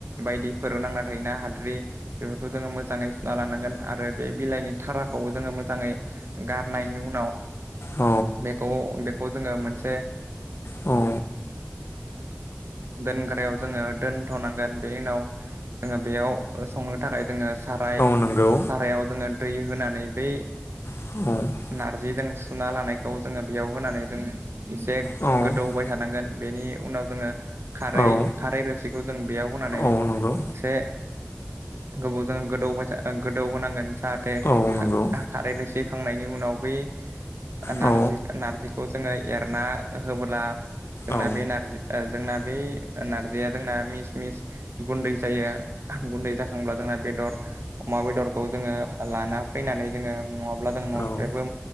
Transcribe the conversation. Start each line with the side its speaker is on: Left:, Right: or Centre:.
Right: बायदिफोराव नांना थायोना हाद्रि बेफोरखौ जोङो मोजाङै सुना लानांगोन आरो बे बिलाइनि थाराग खौबो जोङो मोजाङै गारनायनि उनाव
Left: औ
Right: बेखौ खौ जोङो मोनसे
Left: औ
Right: दोनग्रायाव जोङो दोनथ'नांगोन बेनि उनाव जोङो बेयाव संनो थाखाय जोङो साराय
Left: नंगौ
Right: सारायाव जोङो दै होनानै बै
Left: औ
Right: नारजिजों सुना लानायखौ जोङो बेयाव होनानै जोङो एसे
Left: औ
Right: गोदौहोबाय थानांगोन बेनि उनाव जोङो खारै
Left: औ
Right: खारै रोसिखौ जों बेयाव होनानै
Left: औ
Right: एसे
Left: नंगौ
Right: गोबावजों गोदौ गोदौ होनांगोन जाहाथे
Left: औ नंगौ
Right: खारै रोसि होखांनायनि उनाव बै नारजि
Left: औ नंगौ औ
Right: नार्जिखौ जोङो एरना होबोला जोंना
Left: औ
Right: बे नारजि जोंना बे नारजिया जोंना मिस मिस गुन्दै जायो गुन्दै जाख सब्ला जोंना बेदर अमा बेदरखौ जोङो लाना फैनानै जोङो नङाब्ला जों न'निफ्रायबो
Left: औ